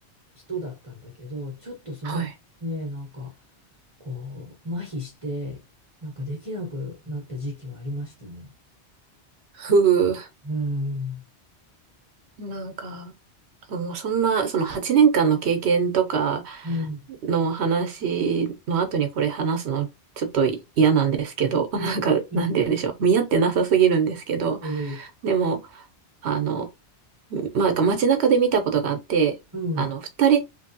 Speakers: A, on the right (about 30°); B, on the right (about 75°).
A: 人だったんだけど、ちょっとその、
B: はい。
A: ね、なんか、こう、麻痺して、なんかできなくなった時期はありましたね。
B: ふう。
A: うん。
B: なんか、もうそんな、その8年間の経験とか
A: うん。
B: の話の後にこれ話すのちょっと嫌なんですけど、<laughs> なんか、
A: うん。うんい
B: なんて言うんでしょう。見合ってなさすぎるんですけど、
A: やいやいや
B: でも、あの、まあ、街中で見たことがあって、
A: うん、
B: あの、二人、